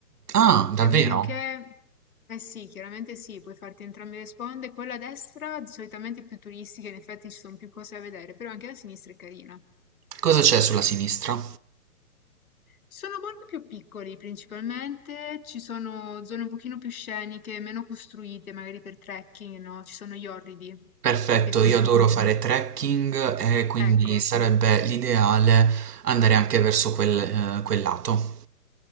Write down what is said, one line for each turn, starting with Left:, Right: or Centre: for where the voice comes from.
Right: Ah, davvero?
Left: E a meno che, eh sì, chiaramente sì, puoi farti entrambe le sponde. Quella a destra solitamente è più turistica, in effetti ci sono più cose da vedere, però anche la sinistra è carina.
Right: Cosa c'è sulla sinistra?
Left: Sono borghi più piccoli principalmente, ci sono zone un pochino più sceniche, meno costruite, magari per trekking, no? Ci sono gli orridi,
Right: Perfetto,
Left: che sono,
Right: io adoro fare trekking e quindi
Left: ecco.
Right: sarebbe l'ideale andare anche verso quel, eh, quel lato.